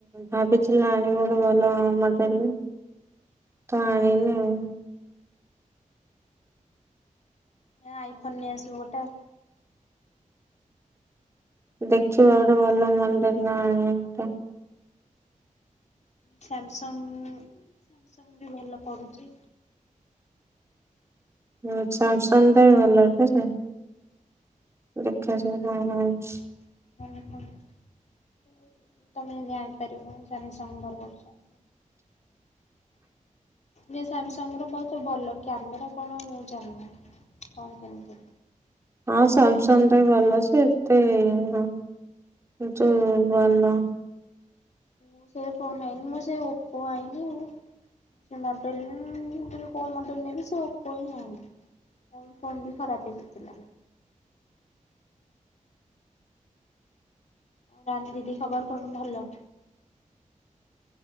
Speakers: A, on the right; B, on the left.
A: ଭାବିଥିଲି ଆଣିବି ଗୋଟେ ଭଲ ମଡେଲେ। ତ ଆଣିନି ଆଉ।
B: ଏ ଆଇଫୋନ୍ ନେଇ ଆସିବ ଗୋଟେ ଆଉ।
A: ଦେଖିବା ଗୋଟେ ଭଲ ମଡେଲ୍ ଆଣିବି ଗୋଟେ।
B: ସ୍ୟାମସଙ୍ଗ ସ୍ୟାମସଙ୍ଗ ବି ଭଲ ପଡୁଚି।
A: ହୁଁ ସ୍ୟାମସଙ୍ଗ ଟା ବି ଭଲ ଟେ ଯେ। ଦେଖାଯାଉ କଣ ହଉଚି।
B: <unintelligible> ତମେ ତ ଜାଣିପାରିବ ସ୍ୟାମସଙ୍ଗ ବ୍ୟବହାର କରୁଚ।
A: <inaudible>
B: ଯେ ସ୍ୟାମସଙ୍ଗ ର ବହୁତ ଭଲ। କ୍ୟାମେରା କଣ ମୁଁ ଜାଣିନି କଣ କେମିତି।
A: ହଁ ସ୍ୟାମସଙ୍ଗ ଟା ବି ଭଲ ଯେ ଏତେ ଇଏ ନୁହଁ। କିନ୍ତୁ ଭଲ।
B: ମୁଁ ସେ ଫୋନ ଆଇି ମୁେ ଓପୋ ଆଇି। ସେ ମଡ଼େଲ ମୁ କହିଲି କୋଉ ମଡ଼େଲ୍ ନେବି ସେ ଓପ ହିଁ ଆଣିଲି। ଆ ଫୋନ ବି ଖରାପ ହେଇଯାଇଥିଲା। ରାଣୀ ଦିଦି ଖବର କଣ ଭଲ?